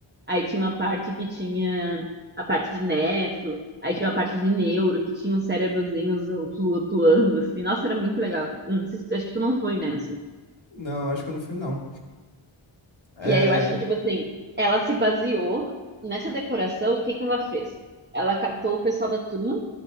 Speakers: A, on the right (about 20°); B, on the left (about 60°).
A: Aí tinha uma parte que tinha a parte de nefro, aí tinha a parte de neuro, que tinha uns cérebrozinhos flutuando, assim. Nossa, era muito legal. Não sei se- acho que tu não foi nessa.
B: não, acho que eu não fui, não. É,
A: E aí eu acho que, tipo assim, ela se baseou nessa decoração, o que que ela fez? Ela catou o pessoal da turma